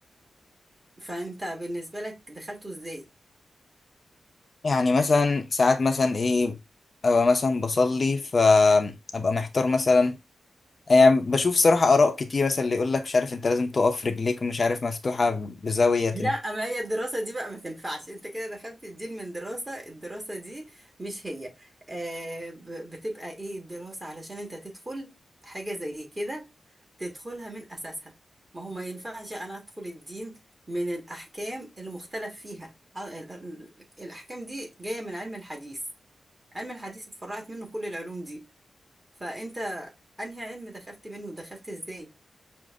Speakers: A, on the right; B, on the left.
A: فأنت بالنسبة لك دخلته إزاي؟
B: يعني مثلا ساعات مثلا ايه ابقى مثلا بصلي فابقى محتار مثلا يعني بشوف صراحة آراء كتير مثلا اللي يقول لك مش عارف أنت لازم تقف رجليك مش عارف مفتوحة بزاوية
A: لا ما هي الدراسة دي بقى ما تنفعش انت كده دخلت الدين من دراسة الدراسة دي مش هي آه ب- بتبقى ايه الدراسة علشان انت تدخل حاجة زي كده تدخلها من أساسها ما هو ما ينفعش أنا أدخل الدين من الأحكام اللي مختلف فيها ع- ال- ال- الأحكام دي جاية من علم الحديث علم الحديث اتفرعت منه كل العلوم دي فأنت أنهي علم دخلت منه دخلت إزاي